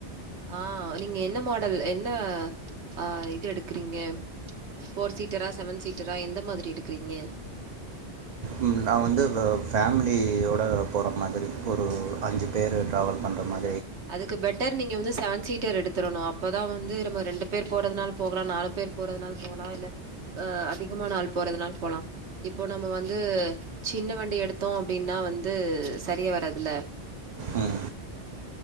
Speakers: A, on the right; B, on the right.
A: ஆ நீங்க என்ன மாடல் என்ன ஆ இது எடுக்கறீங்க ஃபோர் சீட்டரா, செவன் சீட்டரா எந்த மாதிரி எடுக்றீங்க
B: ம நா வந்து வ ஃபேம்லியோட போற மாதிரி ஒரு அஞ்சு பேரு ட்ராவல் பண்றா மா
A: அதுக்கு பெட்டர் நீங்க வந்து செவன் சீட்டர் எடுத்திரனு அப்ப தா வந்து நம்ம ரெண்டு பேர் போறதுனால் போகலா நாலு பேர் போறதுனால் போகலா இல்ல அ அதிகமான ஆள் போறதுனால் போலா இப் போ நம்ம வந்து சின்ன வண்டி எடுத்தோ அப்டின்னா வந்து சரியா வராதுல்ல
B: ம்